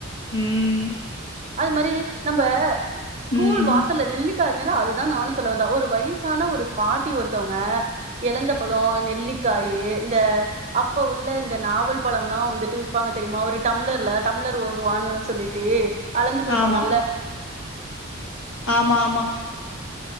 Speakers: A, on the left (about 85°); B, on the right (about 35°).
A: உம்
B: அது மாரி நம்ம ஸ்கூல்
A: ம்
B: வாசல நெல்லிக் க்கா அதுதா நானும் சொல்ல வந்தே ஒரு வயசான ஒரு பாட்டி ஒருத்தவங்க எழந்த பழம் நெல்லிக்காயி இந்த அப்ப உள்ள இந்த நாவல் பழம்லாம் வந்துட்டு விப்பாங்க தெரியுமா ஒரு டம்ளர்ல டம்ளர் ஒரு ரூவானு சொல்லிட்டு அளந்து குடுப்பாங்கல்ல
A: ஆமா ஆமா ஆமா